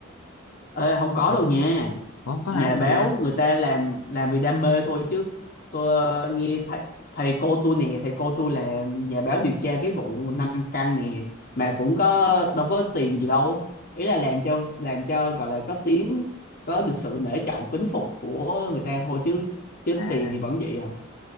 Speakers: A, on the left (about 45°); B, on the left (about 85°).
A: Ê, không có
B: nhưng
A: đâu nha
B: ủa không có
A: nhà
B: hả gì
A: báo
B: kìa
A: người ta làm làm vì đam mê thôi chứ tôi ờ, nghe thầy thầy cô tôi nè thầy cô tôi là nhà báo điều tra cái vụ năm căn nè mà cũng có đâu có tiền gì đâu ý là làm cho làm cho gọi là có tiếng có được sự nể trọng kính phục của người ta thôi chứ chứ
B: à
A: tiền thì vẫn vậy à